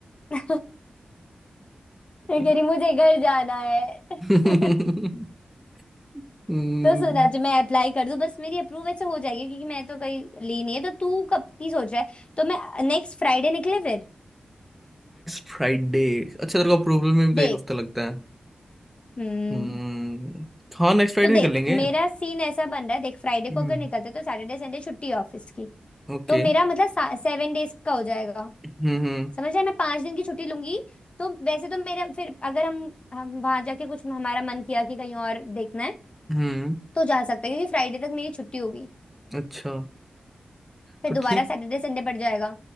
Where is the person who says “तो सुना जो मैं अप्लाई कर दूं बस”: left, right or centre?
Left